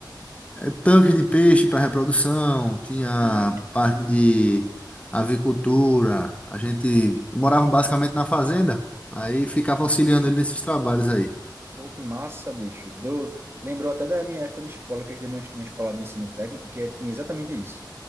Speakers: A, on the left; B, on the right.
A: é, tanques de peixe para reprodução, tinha
B: Sim.
A: parte de avicultura. A gente morava basicamente na fazenda, aí ficava auxiliando ele nesses trabalhos aí.
B: Pô, que massa, bicho. Deu... Lembrou até da minha época de escola, que eu estudei numa numa escola de ensino técnico, que é, tinha exatamente isso.